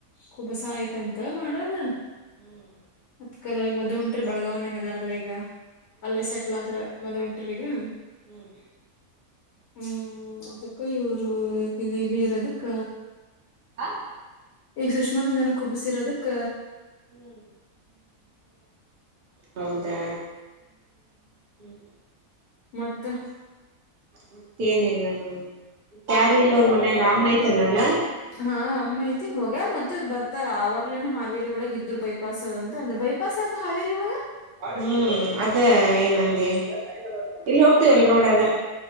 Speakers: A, on the left; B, on the right.
A: ಕುಬ್ಬಸ ಆಯ್ತಂತ ಮಾಡದ
B: ಹ್ಮ್ ಹ್ಮ್
A: ಅದಕ ಮದ್ ಅಂತ್ರಿ ಬೆಳಗಾವನ್ಗ ಇದ್ದರಲ್ಲಾ ಈಗ
B: ಹ್ಮ್
A: ಅಲ್ಲೇ ಸೆಟ್ಲ್ ಆದ್ರ ಮದ್ <unintelligible>
B: ಹ್ಮ್
A: ಹ್ಮ ಅದಕ್ಕ ಇವರು ಇದ ಇರೋದಕ್ಕ
B: ಹ್ಮ್
A: ಈಗ ಸುಷ್ಮಾಕಂದನ ಕುಬಸರದಕ್ಕ
B: ಹ್ಮ ಹೌದಾ ಹ್ಮ್
A: ಮತ್ತೆ
B: ಮತ್ತೇನಿಲ್ಲ ನಾ ಯಾರು ಇಲ್ಲ ಅವ್ರ ಮನ್ಯಾಗ ಅಮ್ಮಯ್ತಾನಲ್ಲಾ.
A: ಹಾ ಅಮ್ಮ ಐತಿ ಹೊೋಗ್ಯ ಮತ್ತೆ್ ಬರ್ತಾರ ಆವಾಗ್ಲೇನೆ ಹಾವೇರಿ ಒಳಗ ಇದ್ರು ಬೈಪಾಸ್ ಅಂತ ಅಂದ್ರ ಬೈಪಾಸ ಆ ಹಾವೇರಿ ಒಳಗ
B: ಹ್ಮ್ ಅದ ಏನಂದಿ ಇಲ್ಲಿ ಹೋಗ್ತೀವಲ್ ರೋಡ್ ಅದ